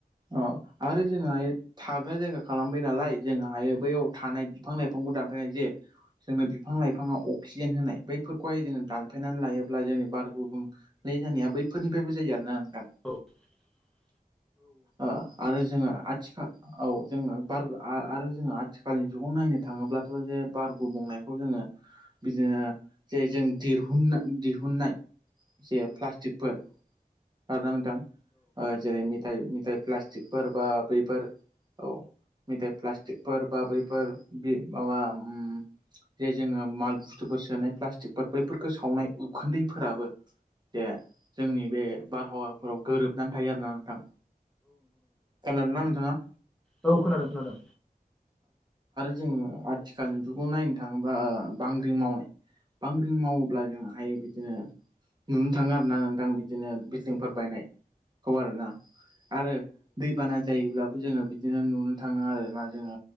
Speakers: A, on the right; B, in the centre.
A: अ आरो जोंहा थाग्रा जायगा खालामबाय नालाय जोंङो हायो बैयाव थानाय बिफां लाइफांखौ दानफैनाय जे जोंनो बिफां लाइफांङाव अक्सिजेन होनाय बैफोरखौहाय जोंङो दानफायनानै लायोब्ला जोंनि बार गुबुं जानाया बैफोरनिफ्रायबो जायो आरोना नोंथां
B: <inaudible>
A: ओ आरो जोंङो आथिखाल औ जोंनो बार आ-आरो जोंङो आथिखालनि जुगाव नायनो थांङोब्लाथ' जे बारगुबुंनायखौ जोंङो बिदिनो जे जों दिरहुननो दिहुननाय जे प्लास्टिकफोर आरो नोंथां जेरै मिथाय मेथाय प्लास्टिकफोर बा बैफोर औ मेथाइ प्लास्टिकफोर बा बैफोर बि माबा उम जे जोङो माल बुस्थुफोर सोनो प्लास्टिकफोर बैफोरखौ सावनाय उखुन्दैफोराबो जे जोंनि बे बारहावाफोराव गोरोबनानै थायो आरोना नोंथां। खोनादों ना नोंथाङा
B: औ खोनादों खोनादों
A: जोङो आथिखालनि जुगाव नायनो थाङोबा बांग्रि मावनाय बांग्रिं मावोब्ला जों हायो बिदिनो नुनो थाङो आरो ना नोंथां आं बिदिनो जोंफोर बायनायखौ आरोना आरो दै बाना जायोब्लाबो जोङो बि दिनो नुनो थाङो आर ना जोङो